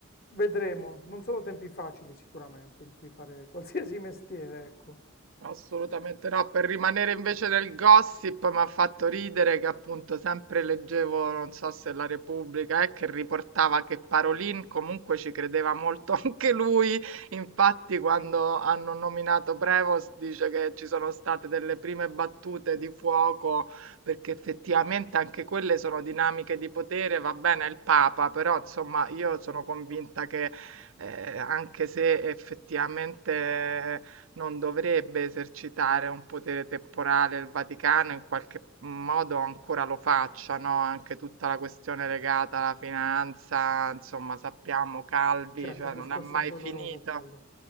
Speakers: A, on the left; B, on the right.
A: vedremo, non sono tempi facili sicuramente in cui fare qualsiasi <laughs> mestiere, ecco.
B: Assolutamente no, per rimanere invece nel gossip mi ha fatto ridere che appunto sempre leggevo, non so se la Repubblica, eh, che riportava che Parolin comunque ci credeva molto <laughs> anche lui, infatti quando hanno nominato Prevost dice che ci sono state delle prime battute di fuoco, perché effettivamente anche quelle sono dinamiche di potere, va bene è il Papa, però insomma io sono convinta che eh, anche se effettivamente non dovrebbe esercitare un potere temporale il Vaticano, in qualche modo ancora lo faccia, no, anche tutta la questione legata alla finanza, insomma, sappiamo Calvi,
A: Certo,
B: cioè
A: è un
B: non
A: discorso
B: ha mai
A: doloroso
B: finito.
A: quello.